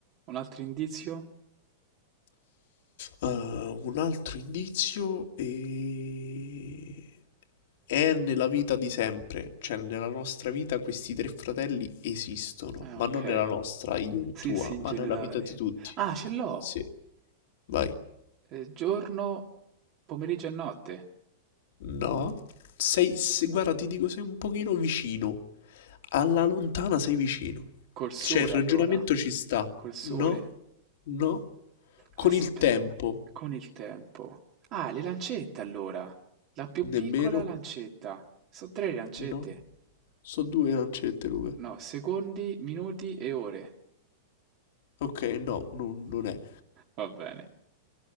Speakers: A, on the right; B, on the left.
A: Un altro indizio?
B: Uh, un altro indizio e... è nella vita di sempre, cioè nella nostra vita questi tre fratelli esistono,
A: Ah,
B: ma
A: ok.
B: non nella nostra, io e
A: Sì,
B: tua,
A: sì, in
B: ma
A: generale.
B: nella vita di tutti.
A: Ah, ce l'ho!
B: Sì, vai.
A: Eh, giorno, pomeriggio e notte.
B: No, sei, se- guarda, ti dico, sei un pochino vicino. Alla lontana sei vicino.
A: Col sole,
B: Cioè, il ragionamento
A: allora.
B: ci sta.
A: Col sole.
B: No, no. Con
A: Aspe
B: il tempo,
A: con il tempo. Ah, le lancette allora. La più
B: nemmeno,
A: piccola lancetta. Sono tre lancette.
B: no. So due lancette, Luca.
A: No, secondi, minuti e ore.
B: Ok, no, non, non è.
A: Va bene.